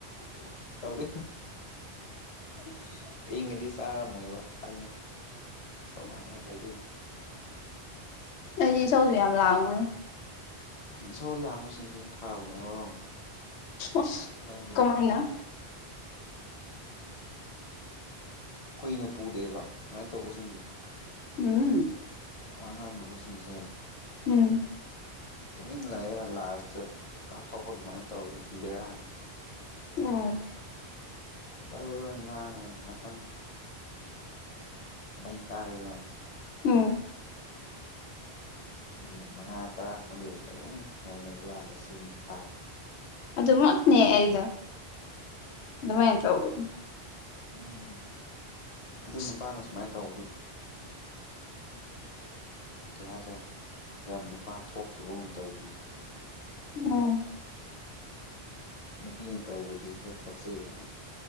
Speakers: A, on the left; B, on the left.
A: ꯇꯧꯗꯣꯏ <unintelligible> ꯏꯪꯉꯗꯤ ꯆꯥꯔꯝꯃꯣꯏꯕ ꯈꯪꯉꯦ ꯢꯁꯧ ꯂꯥꯡꯉ ꯇꯩꯗꯣꯏꯅꯤ
B: ꯑꯩꯗꯤ ꯏꯁꯧꯁꯨ ꯌꯥꯝ ꯂꯥꯡꯕꯅꯦ
A: ꯏꯁꯧ ꯂꯥꯡꯕꯁꯤꯡꯁꯤ ꯐꯥꯕꯅꯦ ꯑꯃꯔꯣꯝꯗ
B: ꯎꯁ
A: ꯍꯥꯏꯗꯤ
B: ꯀꯃꯥꯏꯅ
A: ꯀꯨꯏꯅ ꯄꯨꯗꯦꯕ ꯑꯁꯨꯃꯥꯏꯅ ꯇꯧꯕꯁꯤꯡꯗꯤ
B: ꯎꯝ
A: ꯋꯥ ꯉꯥꯡꯗꯕꯁꯤꯡꯖꯦ
B: ꯎꯝ
A: ꯇꯨꯃꯤꯟ ꯂꯩꯔ ꯂꯥꯏꯥꯁꯇ ꯀꯥꯞꯊꯣꯛꯄ ꯑꯗꯨꯃꯥꯏꯅ ꯇꯧꯗꯤ ꯕꯤꯔꯅꯤ
B: ꯎꯝ
A: ꯕꯔꯥ ꯕꯔꯥ ꯉꯥꯡꯉꯥ ꯉꯥꯇꯪ ꯃꯩ ꯀꯥꯔꯦꯗꯅ
B: ꯎꯝ
A: ꯃꯤꯅꯤꯠ ꯃꯉꯥ ꯇꯔꯥꯒꯨꯛꯕ ꯂꯩꯗꯤ ꯑꯗꯨꯝ ꯅꯣꯔꯃꯦꯜꯒ ꯂꯥꯛꯑꯄ ꯁꯤꯟꯅ ꯐꯥꯕ
B: ꯑꯗꯨꯃꯛꯅꯦ ꯑꯩꯗꯣ ꯑꯗꯨꯃꯥꯏꯅ ꯇꯧꯕꯅꯦ
A: ꯎꯝ ꯑꯗꯨ
B: ꯑꯁ
A: ꯅꯨꯄꯥꯅ ꯁꯨꯃꯥꯏꯅ ꯇꯧꯗꯤ ꯀꯩ ꯍꯥꯏꯁꯤꯔ ꯌꯥꯝ ꯅꯨꯄꯥ ꯊꯣꯛꯇꯕꯒꯨꯝ ꯇꯧꯕꯅꯤ
B: ꯎꯝ
A: ꯅꯨꯄꯤꯅ ꯇꯧꯕꯗꯤ ꯈꯔ ꯄꯛꯆꯩꯕ